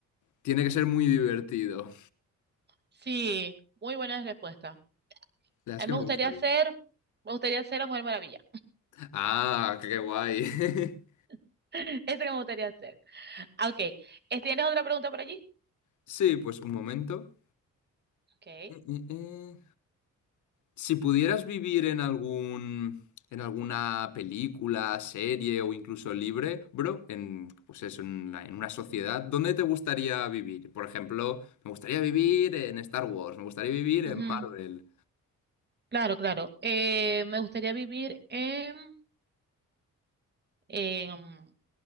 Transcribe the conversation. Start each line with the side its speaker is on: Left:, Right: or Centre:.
Left: Tiene que ser muy divertido.
Right: Sí, muy buena respuesta.
Left: La verdad
Right: A
Left: es que
Right: mí me
Left: me
Right: gustaría
Left: gustaría.
Right: ser, me gustaría ser la Mujer Maravilla.
Left: Ah, qué guay. <laughs>
Right: <laughs> Esa que me gustaría ser. Ah, Ok, ¿tienes otra pregunta por allí?
Left: Sí, pues un momento.
Right: Ok.
Left: Eh, eh, eh. Si pudieras vivir en algún, en alguna película, serie o incluso libre, bro, en, pues eso, en una, en una sociedad, ¿dónde te gustaría vivir? Por ejemplo, me gustaría vivir en Star Wars, me gustaría vivir
Right: Ujú.
Left: en Marvel.
Right: Claro, claro. Eh, me gustaría vivir en, en-